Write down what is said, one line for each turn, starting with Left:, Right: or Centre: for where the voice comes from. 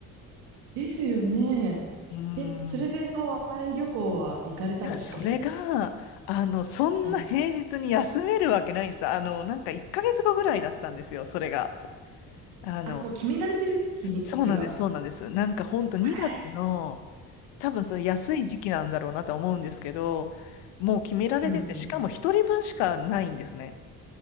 Right: ですよね。
Left: うーん。
Right: え、それでハワイ旅行は行かれたんですか
Left: いや、それが、あの、そんな平日に休めるわけないんです。
Right: はい。
Left: あの、なんか1ヶ月後ぐらいだったんですよ、それが。あの、
Right: あ、もう決められてる日にちが。
Left: そうなんです、そうなんです。なんか本当2月の、
Right: へえ
Left: 多分その安い時期なんだろうなとは思うんですけど、もう決められてて、
Right: うんうん。
Left: しかも一人分しかないんですね。